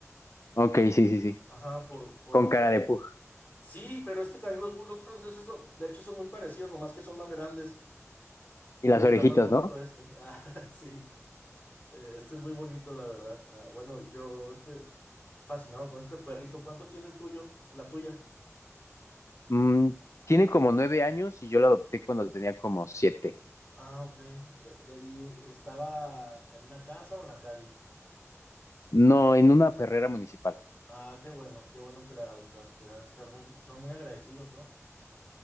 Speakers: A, on the left (about 60°); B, on the left (about 30°).
A: Ok, sí, sí, sí.
B: Ajá, por, por...
A: Con cara de pug.
B: Sí, pero es que también los bulldog franceses, son- de hecho, son muy parecidos, nomás que son más grandes y
A: Y las
B: está
A: orejitas,
B: más bonito
A: ¿no?
B: este. <laughs> Ah, sí. Eh, Este es muy bonito, la verdad. Ah, bueno, yo estoy fascinado con este perrito. ¿Cuánto tiene el tuyo? La tuya.
A: Mm, tiene como nueve años y yo la adopté cuando tenía como siete.
B: Ah, ok. De- ¿Y estaba en una casa o en la calle?
A: No, en una perrera municipal.
B: Ah, qué bueno, qué bueno que la adoptaste. Ha de estar muy, son muy agradecidos, ¿no?